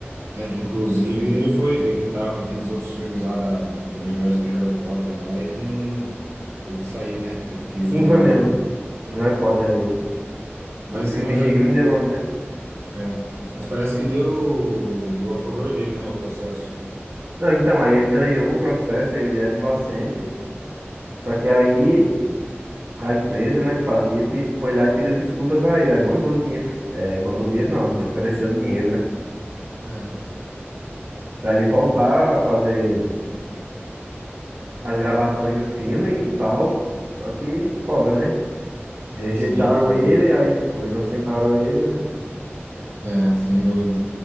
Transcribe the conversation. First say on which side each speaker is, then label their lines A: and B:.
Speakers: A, on the right; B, on the right.
A: É, inclusive, ele foi... Ele tava naqueles outros filmes lá da, do universo de Harry Potter lá. Ele não... Teve que sair, né? Teve que
B: Sim,
A: colocar
B: foi mesmo.
A: outro ator.
B: O Harry Potter é isso.
A: Mas,
B: Os crimes
A: mas,
B: de Grindelwald, né?
A: é, mas parece que deu, deu a favor dele, né, o processo.
B: Não, então, aí ele ganhou o processo, ele era inocente. Só que aí a empresa, né, que fazia, pe- foi lá e pediu desculpas a ele. Aí mandou dinheiro, que- é mandou dinheiro não, assim, ofereceu dinheiro, né?
A: É,
B: Pra ele voltar a fazer as gravações do filme e tal. Só que foda, né? Rejeitaram
A: sim, sem
B: ele,
A: dúvida.
B: aí, tipo, inocentaram ele. Aí...
A: É, sem dúvida.